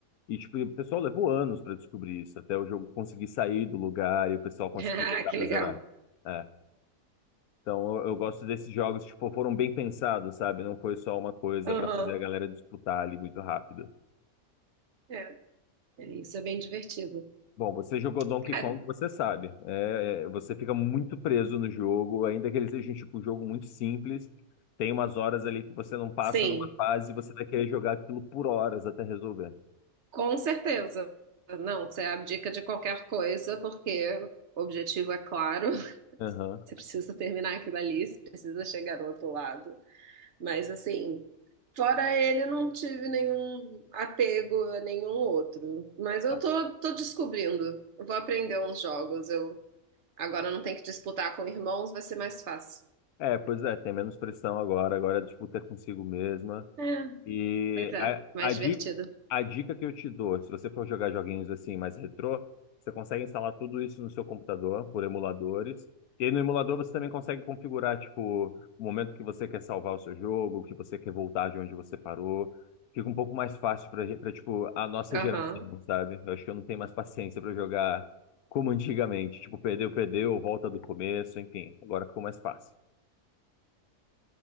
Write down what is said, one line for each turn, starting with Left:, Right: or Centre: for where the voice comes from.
Left: E tipo, o pessoal levou anos pra descobrir isso, até o jogo conseguir sair do lugar e o pessoal conseguir
Right: <laughs> Ah,
Left: jogar
Right: que
Left: pra
Right: legal.
Left: zerar. É. Então eu, eu gosto desses jogos, tipo, foram bem pensados, sabe? Não foi só uma coisa
Right: Uhum.
Left: pra fazer a galera disputar ali muito rápido.
Right: É. Isso é bem divertido.
Left: Bom, você jogou Donkey
Right: Cara,
Left: Kong, você sabe. É, é, você fica muito preso no jogo, ainda que ele seja um tipo, um jogo muito simples. Tem umas horas ali que você não passa
Right: sim,
Left: numa fase e você vai querer jogar aquilo por horas até resolver.
Right: com certeza. Não, você abdica de qualquer coisa, porque o objetivo é claro. <laughs>
Left: Aham.
Right: Você precisa terminar aquilo ali, você precisa chegar ao outro lado. Mas, assim, fora ele, não tive nenhum apego a nenhum outro. Mas eu
Left: Ah,
Right: tô, tô descobrindo. Eu vou aprender uns jogos. Eu agora eu não tenho que disputar com irmãos, vai ser mais fácil.
Left: É, pois é, tem menos pressão agora, agora a disputa é consigo mesma.
Right: É,
Left: E
Right: pois é,
Left: a,
Right: mais
Left: a dica,
Right: divertido.
Left: a dica que eu te dou, se você for jogar joguinhos assim mais retrô, você consegue instalar tudo isso no seu computador por emuladores. E aí no emulador você também consegue configurar, tipo, o momento que você quer salvar o seu jogo, que você quer voltar de onde você parou. Fica um pouco mais fácil pra gente, pra, tipo, a nossa
Right: Aham,
Left: geração, sabe? Eu acho que eu não tenho mais paciência pra jogar como antigamente. Tipo, perdeu, perdeu, volta do começo, enfim. Agora ficou mais fácil.